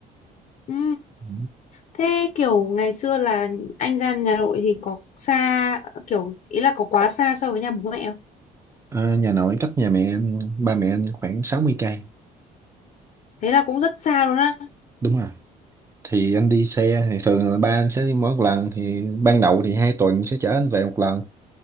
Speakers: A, on the left; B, on the right.
A: Ừ.
B: Ừ.
A: Thế kiểu ngày xưa là anh ra nhà nội thì có xa kiểu ý là có quá xa so với nhà bố mẹ
B: Ờ, nhà nội cách nhà mẹ anh, ba mẹ anh khoảng 60 cây.
A: thế là cũng rất xa luôn á
B: Đúng rồi. Thì anh đi xe thì thường là ba anh sẽ đi mỗi một lần thì ban đầu thì hai tuần sẽ chở anh về một lần